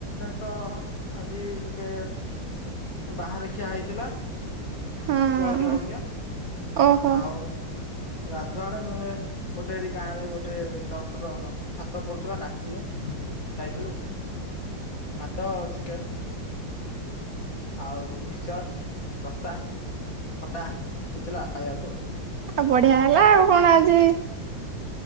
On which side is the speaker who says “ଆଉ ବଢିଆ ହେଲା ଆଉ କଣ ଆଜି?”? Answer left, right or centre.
Right